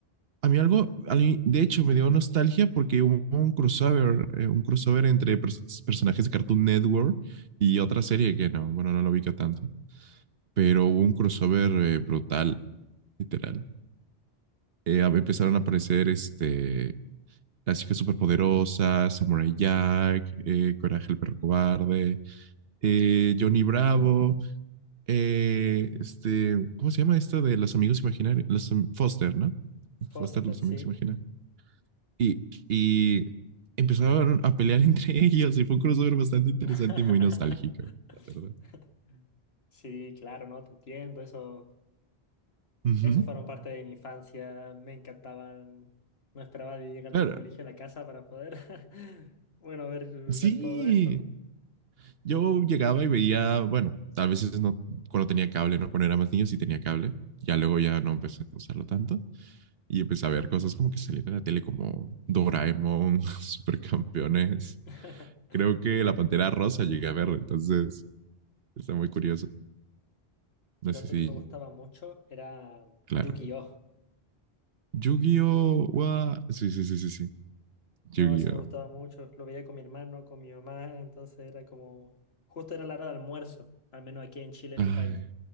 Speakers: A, on the right (about 65°); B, on the left (about 70°).
A: A mí algo, a mí, de hecho, me dio nostalgia porque hubo un crossover, eh, un crossover entre pers- personajes de Cartoon Network y otra serie que no, bueno, no lo ubica tanto, pero hubo un crossover eh, brutal, literal. Eh, a- empezaron a aparecer este, Las chicas superpoderosas, Samurai Jack, eh, Coraje el perro cobarde, eh, Johnny Bravo, eh, este, ¿cómo se llama esta de los amigos imaginarios? Los, Foster, ¿no? Foster,
B: Foster,
A: los
B: sí.
A: amigos imaginarios. Y, y empezaron a pelear <laughs> entre ellos y fue un crossover bastante interesante
B: <laughs>
A: y muy nostálgico, la verdad.
B: Sí, claro, no, te entiendo. Eso,
A: Uh -huh.
B: eso fueron parte de mi infancia. Me encantaban. No esperaba de llegar
A: Claro,
B: del colegio a la casa para poder, <laughs> bueno, ver,
A: sí,
B: ver todo esto.
A: yo llegaba y veía, bueno, a veces no, cuando tenía cable, ¿no? Cuando era más niño sí tenía cable, ya luego ya no empecé a usarlo tanto, y empecé a ver cosas como que salían en la tele como Doraemon, <laughs> Supercampeones.
B: <laughs>
A: Creo que La Pantera Rosa llegué a ver, entonces está muy curioso. No
B: Mira,
A: sé
B: otro
A: si,
B: que me gustaba mucho era
A: claro.
B: Yu-Gi-Oh!
A: Yu-Gi-Oh! Wa- Sí, sí, sí, sí, sí.
B: No,
A: Yu-Gi-Oh!
B: ese me gustaba mucho. Lo veía con mi hermano, con mi mamá. Entonces era como, justo era la hora de almuerzo, al menos aquí en Chile, en
A: Ay,
B: mi país.